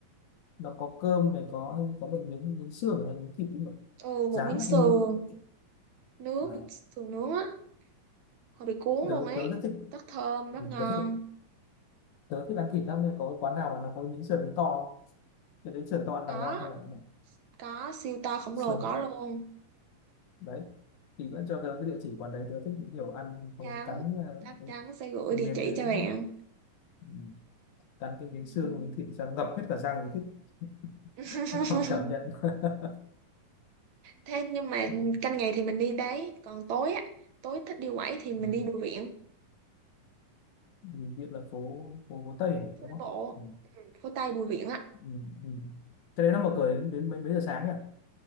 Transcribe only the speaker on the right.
ừ, một
miếng sườn
nướng
một sườn nướng á hơi bị cuốn
luôn ấy
rất thơm rất ngon
có
có siêu to khổng
lồ có luôn
chắn
chắc
chắn sẽ gửi
địa
chỉ
cho bạn
Ừ.
<laughs>
thế nhưng mà
canh ngày thì mình đi đấy còn tối á tối thích đi quẩy thì mình
đi Bùi Viện
phố
đi
bộ
ừ, phố Tây Bùi Viện á